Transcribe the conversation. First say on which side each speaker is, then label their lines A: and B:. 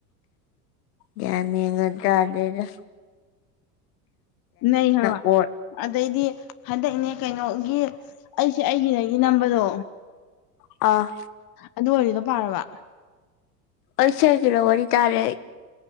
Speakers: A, on the left; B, on the left.
A: ꯌꯥꯃꯤꯗꯗꯦꯗ
B: ꯅ ꯍꯥꯏꯕ
A: ꯑꯣꯠ
B: ꯑꯗꯩꯗꯤ ꯍꯟꯗꯛꯅꯦ ꯀꯩꯅꯣꯒꯤ ꯑꯩꯁꯦ ꯑꯩꯒꯤ ꯅꯒꯤ ꯅꯝꯕꯗꯣ
A: ꯑꯥ
B: ꯑꯗꯨ ꯑꯣꯏꯔꯤꯗꯣ ꯄꯥꯔꯕ
A: ꯑꯩꯁꯒꯤꯔꯣ ꯋꯥꯔꯤ ꯇꯥꯔꯦ